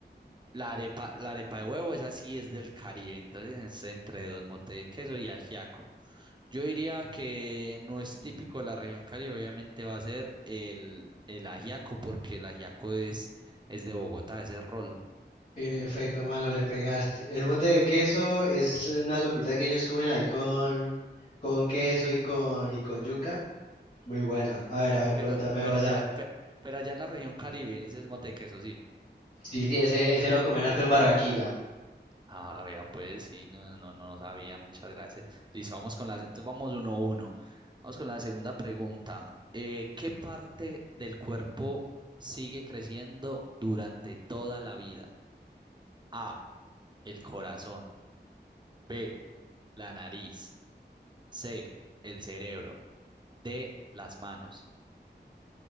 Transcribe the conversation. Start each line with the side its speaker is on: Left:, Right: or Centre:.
Right: la arepa, la arepa de huevo, esa sí es del Caribe, entonces es entre dos motes de queso y ajiaco. Yo diría que no es típico de la región Caribe, obviamente va a ser el, el ajiaco, porque el ajiaco es, es de Bogotá, ese es rolo.
Left: En efecto, mano, le pegaste. El mote de queso es una sopita que ellos comen ahí con, con queso y con, y con yuca. Muy buena. A ver, a ver,
Right: Pero,
Left: pregúntame
Right: pero
Left: vos,
Right: allá,
Left: a ver.
Right: pe- pero allá en la región Caribe, ese es el mote de queso, sí.
Left: Sí, sí, ese, ese lo comen harto en Barranquilla.
Right: Ah, vea, pues sí, no, no, no sabía, muchas gracias. Listo, vamos con la, entonces vamos uno a uno. Vamos con la segunda pregunta. Eh, ¿qué parte del cuerpo sigue creciendo durante toda la vida? A, el corazón. B, la nariz. C, el cerebro. D, las manos.